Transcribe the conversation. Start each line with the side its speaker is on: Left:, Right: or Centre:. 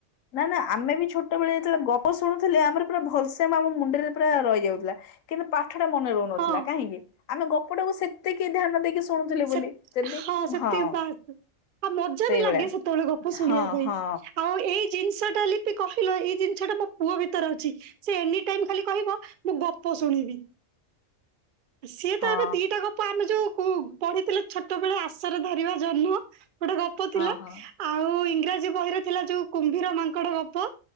Left: ନା ନା ଆମେ ବି ଛୋଟବେଳେ, ଯେତେବେଳେ ଗପ ଶୁଣୁ ଥିଲେ ଆମର ପୁରା ଭଲସେ ଆମ ମୁଣ୍ଡରେ ପୁରା ରହିଯାଉଥିଲା। କିନ୍ତୁ ପାଠ ଟା ମନେ ରହୁନଥିଲା
Right: ହଁ
Left: କାହିଁକି? ଆମେ ଗପଟାକୁ ସେତକି ଧ୍ୟାନ ଦେଇକି ସୂ ଶୁଣୁଥିଲେ ବୋଲି,
Right: ସେ
Left: ଜେଦି
Right: ସେତିକି
Left: ହଁ।
Right: ବାସ୍। ଆଉ ମଜା
Left: ସେଇଭଳିଆ
Right: ବି ଲାଗେ ସେତେବେଳେ ଗପ ଶୁଣିବା
Left: ହଁ
Right: ପାଇଁ।
Left: ହଁ
Right: ଆଉ ଏଇ ଜିନିଷ ଟା ଲିପି କହିଲ, ଏଇ ଜିନିଷ ଟା ମୋ ପୁଅ ଭିତରେ ଅଛି। ସେ ଏନି ଟାଇମ୍ ଖାଲି କହିବ ମୁଁ ଗପ ସୁଣିବିି।
Left: <inaudible>
Right: ସିଏ
Left: ହଁ
Right: ତ ଏବେ ଦିଟା ଗପ ଆମେ ଯୋଉ, କୁ-ପଢିଥିଲେ ଛୋଟବେେଳେ, ଆଶରେ ଧରିବା ଜନ୍ମ। ଗୋଟେ ଗପ ଥିଲା।
Left: ହଁ ହଁ।
Right: ଆଉ ଇଂରାଜୀ ବହିରେ ଥିଲା। ଯୋଉ କୁମ୍ଭୀର ମାଙ୍କଡ ଗପ।